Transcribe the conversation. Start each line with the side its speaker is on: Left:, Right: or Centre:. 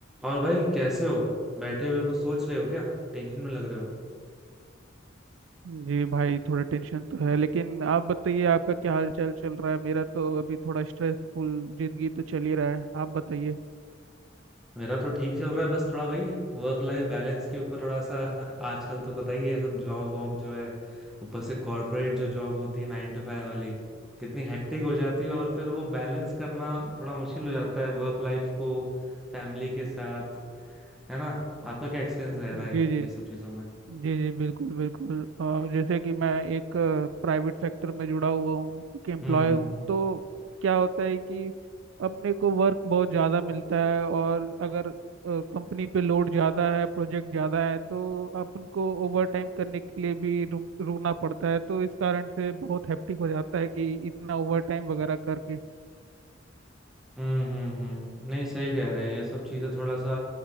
Centre: और भाई कैसे हो बैठे हुए कुछ सोच रहे हो क्या टेंशन में लग रहे हो
Right: जी भाई थोड़ा टेंशन तो है लेकिन आप बताइए आपका क्या हाल चाल चल रहा है मेरा तो अभी थोड़ा स्ट्रेसफुल जिंदगी तो चल ही रहा है आप बताइए
Centre: मेरा तो ठीक चल रहा है बस थोड़ा वही वर्क लाइफ बैलेंस के ऊपर थोड़ा सा <laughs> आजकल तो पता ही है सब जॉब वॉब जो है ऊपर से कॉरपोरेट जो जॉब होती है नाइन टू फाइव वाली कितनी हेक्टिक हो जाती है और फिर वो बैलेंस करना थोड़ा मुश्किल हो जाता है वर्क लाइफ को फैमिली के साथ है ना आपका क्या एक्सपीरियंस रह रहा है
Right: जी जी
Centre: ये सब चीजों में
Right: जी जी बिल्कुल बिल्कुल और जैसे कि मैं एक प्राइवेट सेक्टर में जुड़ा हुआ हूँ एक एम्प्लॉय
Centre: हम्म हम्म
Right: हूँ
Centre: हम्म।
Right: तो क्या होता है कि अपने को वर्क बहुत ज़्यादा मिलता है और अगर कंपनी पे लोड ज़्यादा है प्रोजेक्ट ज़्यादा है तो अपन को ओवर टाइम करने के लिए भी रुक रुकना पड़ता है तो इस कारण से बहुत हैप्टिक हो जाता है कि इतना ओवर टाइम वगैरह करके
Centre: हम्म हम्म हम्म। नहीं सही कह रहे हैं ये सब चीजें थोड़ा सा